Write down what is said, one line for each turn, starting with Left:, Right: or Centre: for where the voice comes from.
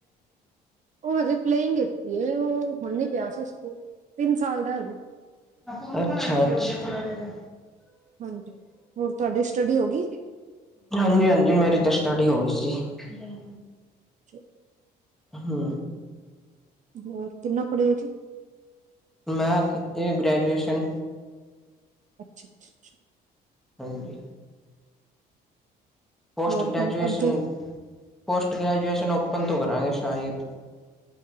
Right: ਓ ਹਜੇ ਪਲੇਇੰਗੀ ਵਿੱਚ ਹੀ ਓ ਹੁਣੀ ਪਿਆ ਸੀ। ਸਕੂਲ ਤਿੰਨ ਸਾਲ ਦਾ ਹਜੇ
Centre: ਅੱਛਾ-ਅੱਛਾ।
Right: ਹਾਂਜੀ ਹੋਰ ਤੁਹਾਡੀ ਸਟਡੀ ਹੋ ਗਈ?
Centre: ਹਾਂਜੀ ਹਾਂਜੀ ਮੇਰੀ ਤੇ ਸਟੱਡੀ ਹੋ ਗਈ ਸੀ ਹੂੰ।
Right: ਚੋ
Centre: ਹੂੰ।
Right: ਹੋਰ ਕਿੰਨਾ ਪੜੇ ਹੋ ਜੀ?
Centre: ਮੈਂ ਕੀਤੀ ਆ ਜੀ ਗ੍ਰੈਜੂਏਸ਼ਨ
Right: ਅੱਛਾ ਅੱਛਾ ਅੱਛਾ।
Centre: ਹਾਂਜੀ। ਪੋਸਟ
Right: ਹੋਰ
Centre: ਗ੍ਰੈਜੂਏਸ਼ਨ
Right: ਹੁਣ ਅੱਗੇ
Centre: ਪੋਸਟ ਗ੍ਰੈਜੂਏਸ਼ਨ ਓਪਨ ਤੋਂ ਕਰਾਂਗੇ ਸ਼ਾਇਦ